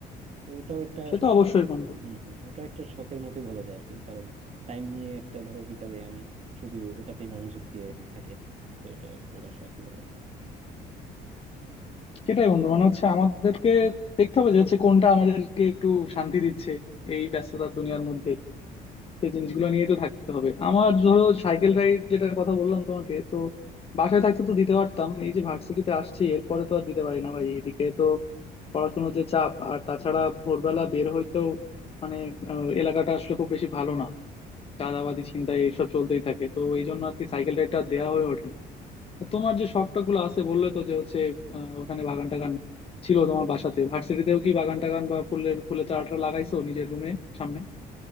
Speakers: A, on the right (about 40°); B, on the left (about 35°).
A: তো ওটাও একটা
B: সে
A: আসলে
B: তো অবশ্যই বন্ধু
A: হম হম ওটা একটা শখের মতোই বলা যায় আর কি কারণ টাইম নিয়ে একটা ধরো বিকালে আমি শুধু ওটাতেই মনোযোগ দিয়ে থাকি আর কি তো ওটা এক প্রকার শখই বলা যায়
B: সেটাই বন্ধু মানে হচ্ছে আমাদেরকে দেখতে হবে যে হচ্ছে কোনটা আমাদেরকে একটু শান্তি দিচ্ছে এই ব্যস্ততার দুনিয়ার মধ্যে এই জিনিসগুলো নিয়ে তো থাকতে হবে আমার ধরো সাইকেল রাইড যেটার কথা বললাম তোমাকে তো বাসায় থাকতে তো দিতে পারতাম এই যে ভার্সিটিতে আসছি এরপরে তো আর দিতে পারি না ভাই এদিকে তো পড়াশোনার যে চাপ আর তাছাড়া ভোরবেলা বের হইতেও মানে আহ, এলাকাটা আসলে খুব বেশি ভালো না চাঁদাবাজি ছিনতাই এসব চলতেই থাকে তো এই জন্য আর কি সাইকেল রাইডটা দেওয়া হয়ে ওঠে না তো তোমার যে শখটা গুলো আছে বললে তো যে হচ্ছে আহ, ওখানে বাগান টাগান ছিল তোমার বাসাতে ভার্সিটিতেও কি বাগান টাগান বা ফুলের ফুলের চারা টারা লাগাইছো নিজের রুমে সামনে